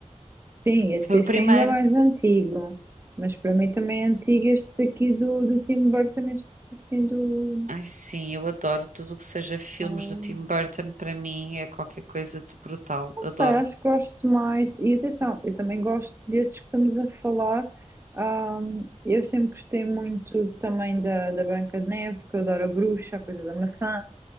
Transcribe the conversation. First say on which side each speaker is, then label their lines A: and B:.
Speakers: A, on the right (about 20°); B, on the right (about 75°).
A: Sim, esse,
B: Foi o
A: esse
B: primeiro.
A: ainda é mais antigo, mas para mim também é antigo este aqui do, do Tim Burton, este assim do.
B: Ai, sim, eu adoro tudo o que seja filmes
A: ah,
B: do Tim Burton. Para mim é qualquer coisa de brutal.
A: não
B: Adoro.
A: sei, acho que gosto mais. E atenção, eu também gosto destes que estamos a falar. Ah, eu sempre gostei muito também da, da Branca de Neve, porque eu adoro a bruxa, a coisa da maçã.